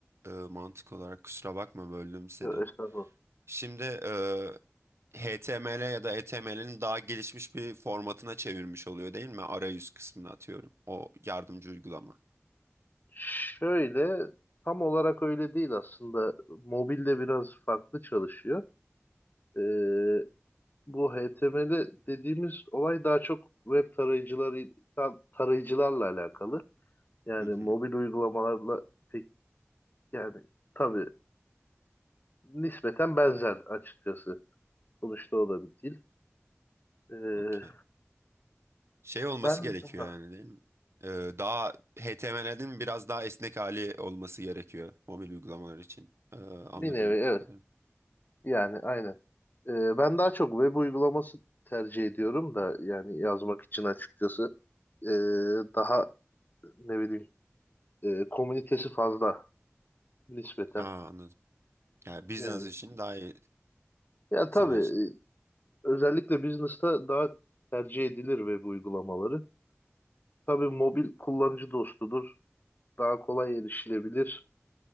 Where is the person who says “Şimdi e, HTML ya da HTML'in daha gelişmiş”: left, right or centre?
Right